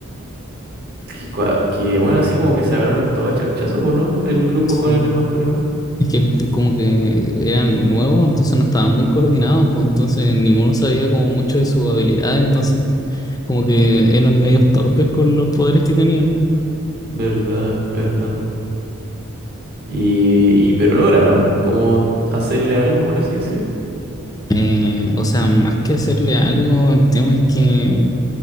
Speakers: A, on the right; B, on the left.
A: que, cua- que bueno, así como que se agarran todo a charchazo, pues, ¿no? El grupo
B: Sí.
A: con el enmascarado.
B: Es que como que eran nuevos, entonces no estaban muy coordinados, pues entonces ninguno sabía como mucho de sus habilidades, entonces como que eran medios torpes con los poderes que tenían.
A: Verdad, verdad. Y, y- pero lograron como hacerle algo, por así decir.
B: Eh, o sea, más que hacerle algo, el tema es que